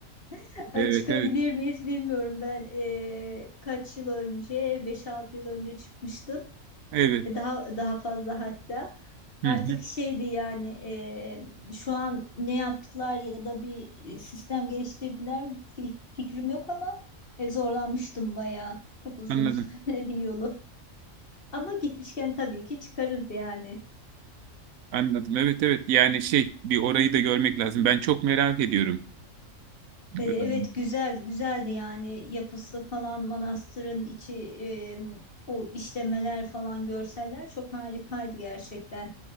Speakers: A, on the left; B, on the right.
A: <laughs> Ay,
B: evet,
A: Çıkabilir
B: evet.
A: miyiz bilmiyorum. Ben e, kaç yıl önce, beş altı yıl önce çıkmıştım.
B: Evet.
A: E, Daha daha fazla hatta. Artık
B: Hı hı,
A: şeydi yani e, şu an ne yaptılar ya da bir e, sistem geliştirdiler mi Fi- fikrim yok ama e, zorlanmıştım bayağı. Çok uzun
B: anladım.
A: <laughs> yolu. Ama gitmişken tabii ki çıkarız yani.
B: Anladım. Evet, evet. Yani şey, bir orayı da görmek lazım. Ben çok merak ediyorum.
A: E, Evet
B: Ee,
A: güzel güzeldi yani yapısı falan manastırın içi e, o işlemeler falan görseller çok harikaydı gerçekten.